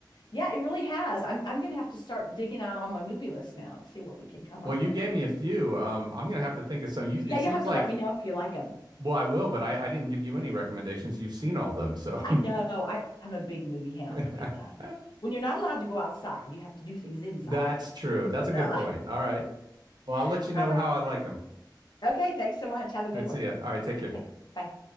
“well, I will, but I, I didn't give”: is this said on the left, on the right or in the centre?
Right